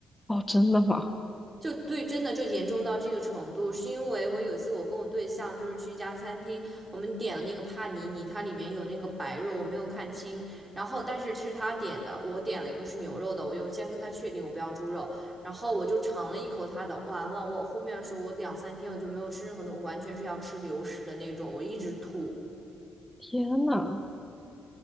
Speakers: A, in the centre; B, on the right.
A: 哦，真的吗？
B: 就对，真的就严重到这个程度，是因为我有一次我跟我对象就是去一家餐厅，我们点了那个帕尼尼，它里面有那个白肉，我没有看清，然后但是是他点的，我点了一个是牛肉的，我就先跟他确定我不要猪肉，然后我就尝了一口他的，完了，我后面的时候我两三天我就没有吃任何东西，我完全是要吃流食的那种，我一直吐，
A: 天呐，